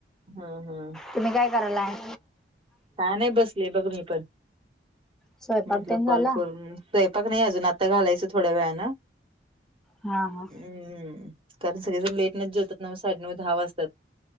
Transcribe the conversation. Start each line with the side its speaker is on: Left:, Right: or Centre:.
Right: हम्म हम्म
Centre: तुम्ही काय करालाय?
Right: काय नाही बसले बघ मी पण
Centre: स्वयंपाक
Right: म्हंटलं
Centre: त्यनं
Right: कॉल
Centre: झाला?
Right: करून स्वयंपाक नाही अजून, आता घालायचं थोड्या वेळानं.
Centre: हा, हा.
Right: हम्म. कारण सगळेजण लेटनच जेवतात नव्ह साडेनऊ, दहा वाजत्यात.